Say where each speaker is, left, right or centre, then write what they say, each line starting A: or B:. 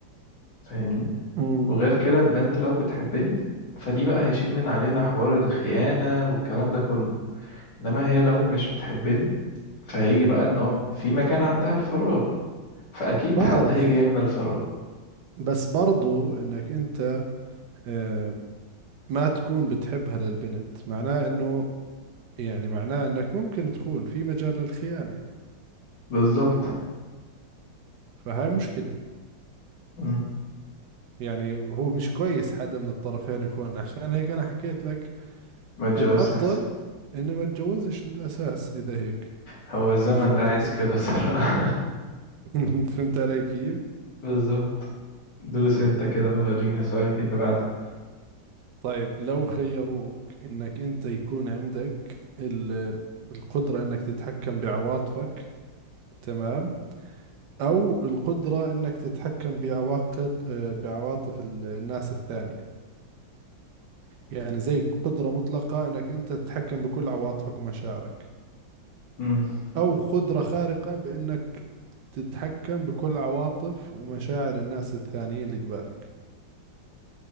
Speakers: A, on the left; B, on the right.
A: فاهمني
B: امم
A: وغير كده البنت لو بتحبني فدي بقى هيشيل من علينا حوار الخيانة والكلام ده كله انما هي لو مش بتحبني فهيجي بقى ان هو في مكان عندها الفراغ فاكيد
B: بعرف
A: حد هيجي يملى الفراغ
B: بس برضو إنك أنت آه ما تكون بتحبها للبنت معناه إنه يعني معناه إنك ممكن تخون في مجال للخيانة
A: بالظبط
B: فهاي مشكلة
A: مم.
B: يعني هو مش كويس حدا من الطرفين يخون عشان هيك أنا حكيت لك
A: ما اتجوزش
B: الأفضل
A: احسن
B: إني ما اتجوزش من الأساس إذا هيك
A: هو الزمن
B: فهمت
A: ده عايز
B: علي؟
A: كده صراحة
B: <laughs> فهمت علي كيف؟
A: <laughs> بالظبط دوس انت كده ورينا سؤالك اللي بعده
B: طيب لو خيروك إنك أنت يكون عندك ال- القدرة إنك تتحكم بعواطفك تمام؟ أو القدرة إنك تتحكم بعواقب بعواطف ال- الناس الثانية يعني زي قدرة مطلقة إنك أنت تتحكم بكل عواطفك ومشاعرك
A: مم.
B: أو قدرة خارقة بإنك تتحكم بكل عواطف ومشاعر الناس الثانيين اللي قبالك